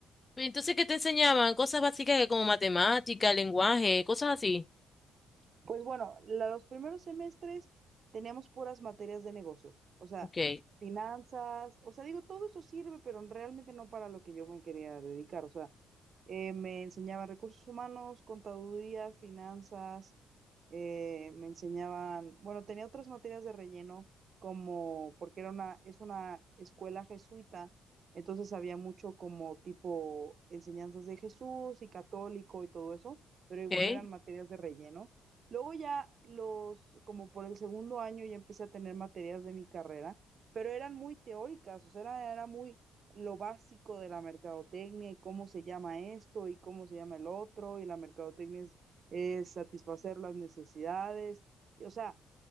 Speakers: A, on the left; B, on the right.
A: Y Entonces, ¿qué te enseñaban? Cosas básicas que como matemática, lenguaje, cosas así.
B: Pues bueno, la- los primeros semestres teníamos puras materias de negocios, o sea,
A: Ok.
B: finanzas, o sea, digo, todo eso sirve, pero realmente no para lo que yo me quería dedicar, o sea, eh, me enseñaban recursos humanos, contaduría, finanzas, eh, me enseñaban, bueno, tenía otras materias de relleno, como, porque era una, es una escuela jesuita, entonces había mucho como tipo enseñanzas de Jesús y católico y todo eso, pero igual
A: ¿ok?
B: eran materias de relleno. Luego ya los, como por el segundo año ya empecé a tener materias de mi carrera, pero eran muy teóricas, o sea, era, era muy lo básico de la mercadotecnia y cómo se llama esto y cómo se llama el otro, y la mercadotecnia es, es satisfacer las necesidades, y, o sea,